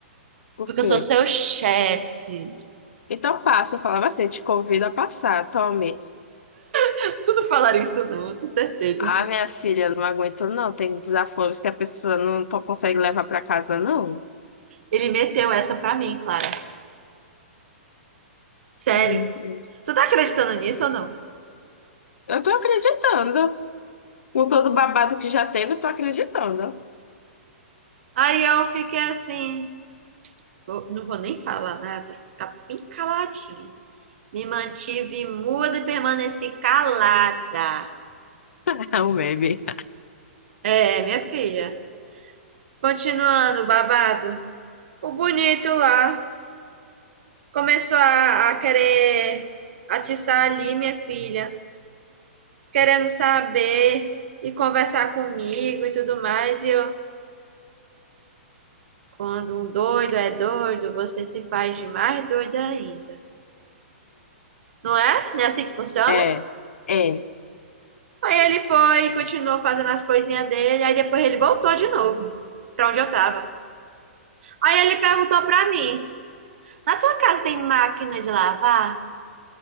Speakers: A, on the left; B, on the right.
A: Por
B: Porque
A: quê?
B: eu sou seu chefe.
A: Então passa. Eu falava assim, te convido a passar, tome.
B: <laughs> Tu não falaria isso, não, eu tenho certeza.
A: Ah, minha filha, não aguento não. Tem desaforos que a pessoa não po- consegue levar para casa, não.
B: Ele meteu essa pra mim, Clara. Sério.
A: Meu Deus.
B: Tu tá acreditando nisso ou não?
A: Eu tô acreditando. Com todo o babado que já teve, eu tô acreditando.
B: Aí eu fiquei assim. vou- Não vou nem falar nada, ficar bem caladinha. Me mantive muda e permaneci calada.
A: <laughs> É um meme.
B: É, minha filha. Continuando, o babado. O bonito lá começou a, a querer atiçar ali, minha filha, querendo saber e conversar comigo e tudo mais. E eu, quando um doido é doido, você se faz de mais doida ainda. Não é? Não é assim que funciona?
A: É, é.
B: Aí ele foi e continuou fazendo as coisinhas dele. Aí depois ele voltou de novo pra onde eu tava. Aí ele perguntou pra mim. Na tua casa tem máquina de lavar?